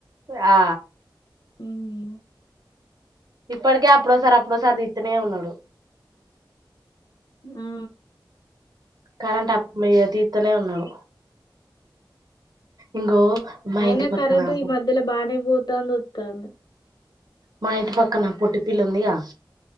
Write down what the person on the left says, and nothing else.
హ్ము
ఆ
అయినా
కరెంటు ఈ మధ్యలో బానే పోతాంది వత్తాంది